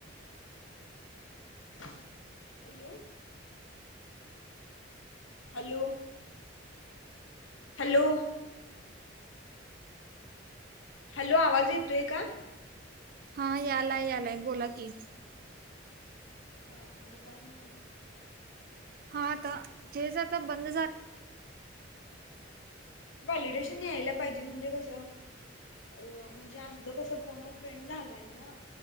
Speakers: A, on the left; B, on the right.
A: हॅलो हॅलो हॅलो हॅलो आवाज येतोय का
B: हा यालाय यालाय बोला की
A: हा हा काही नाही आहे
B: हा आता तेच आता बंद झालं
A: वॉलिडेश न यायला पाहिजे म्हणजे कसं अ म्हणजे आमचं कसं फोन फ्रेंड झालाय ना